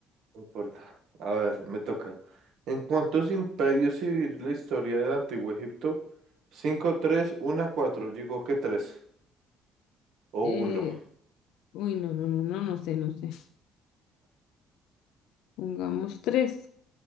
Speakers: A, on the right; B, on the left.
A: No importa. A ver, me toca. ¿En cuántos imperios se divide la historia del Antiguo Egipto? Cinco tres uno cuatro. Digo que 3 o
B: Eh,
A: 1.
B: uy, no, no, no, no, no sé, no sé. Pongamos tres.